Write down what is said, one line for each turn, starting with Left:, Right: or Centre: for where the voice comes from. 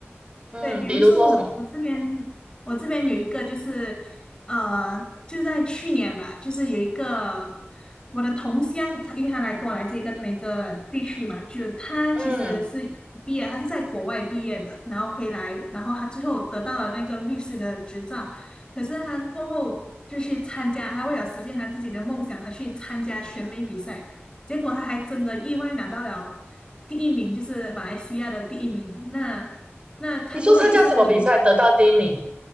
Right: 嗯，
Left: 对，比如说我我这边
Right: 比如说什么，
Left: 我这边有一个就是，呃，就在去年吧，就是有一个我的同乡，因为他来跟我来自一个同一个地区嘛，就他其实是毕业，
Right: 嗯，
Left: 他是在国外毕业的，然后回来，然后他最后得到了那个律师的执照，可是他过后就去参加，他为了实现他自己的梦想，他去参加选美比赛，结果他还真的意外拿到了第一名，就是马来西亚的第一名，那。那他过后就是他就
Right: 你说参加什么比赛得到第一名，